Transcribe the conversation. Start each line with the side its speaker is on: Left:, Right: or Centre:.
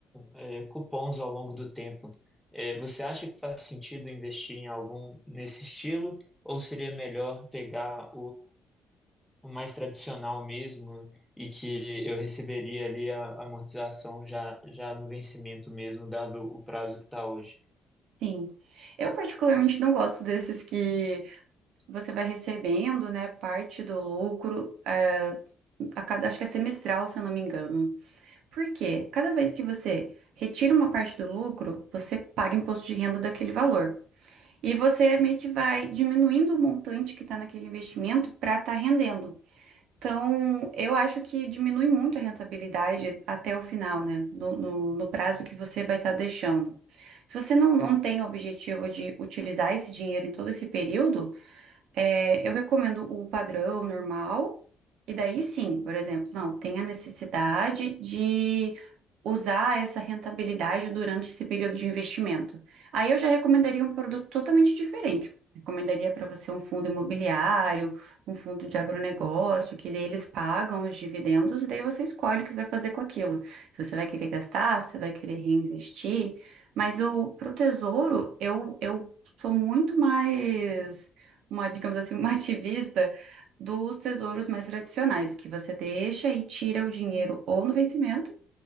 Centre: eh, cupons ao longo do tempo. Eh, você acha que faz sentido investir em algum nesse estilo ou seria melhor pegar o mais tradicional mesmo e que eu receberia ali a a amortização já, já no vencimento mesmo, dado o prazo que está hoje.
Right: Sim. Eu particularmente não gosto desses que Você vai recebendo, né, parte do lucro, a, a cada, acho que é semestral, se eu não me engano. Por quê? Cada vez que você retira uma parte do lucro, você paga imposto de renda daquele valor. E você meio que vai diminuindo o montante que está naquele investimento para estar rendendo. Então, eu acho que diminui muito a rentabilidade até o final, né? No, no, no prazo que você vai estar deixando. Se você não, não tem o objetivo de utilizar esse dinheiro em todo esse período, é, eu recomendo o padrão normal, e daí sim, por exemplo, não, tem a necessidade de usar essa rentabilidade durante esse período de investimento. Aí eu já recomendaria um produto totalmente diferente. Recomendaria para você um fundo imobiliário, um fundo de agronegócio, que daí eles pagam os dividendos e daí você escolhe o que você vai fazer com aquilo. Se você vai querer gastar, se você vai querer reinvestir. Mas o, pro tesouro, eu, eu sou muito mais uma, digamos assim, uma <laughs> ativista dos tesouros mais tradicionais, que você deixa e tira o dinheiro ou no vencimento,